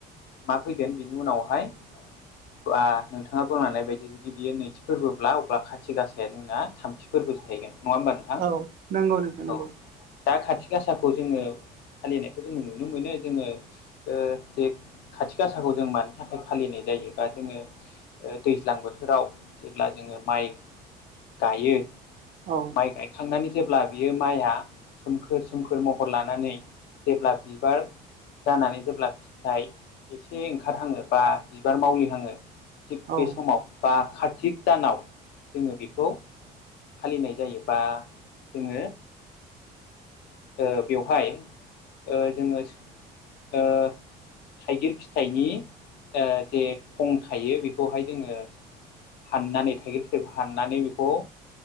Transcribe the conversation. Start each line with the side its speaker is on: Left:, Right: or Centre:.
Left: मा फैगोन बिनि उनावहाय ओ नोंथाङा बुंलांनाय बायदि जुदि बियो नैथि फोरबोब्ला अब्ला खाथि गासाया जोंना थामथि फोरबो जाहैगोन नङा होमबा नोंथां
Right: औ नंगौ नोंथां नंगौ
Left: औ दा खाथि गासाखौ जोङो फालिनायखौ जोङो नुनो मोनो जोङो ओ जे खाथि गासाखौ जों मानि थाखाय फालिनाय जायो बा जोङो दैज्लां बोथोराव जेब्ला जोङो माइ गायो
Right: औ
Left: माइ गायखांनानै जेब्ला बियो माइआ सोमखोर सोमखोर म हर लानानै जेब्ला बिबार जानानै जेब्ला फिथाइ एसे ओंखारहाङो बा बिबार मावलिहङो थिग
Right: औ
Left: बे समाव बा कार्तिक दानाव जोङो बेखौ फालिनाय जायोबा जोङो ओ बेवहाय ओ जोङो सु ओ थाइगिर फिथाइनि ओ जे खं थायो बेखौहाय जोङो हाननानै थाइगिर फिथाइखौ हाननानै बेखौ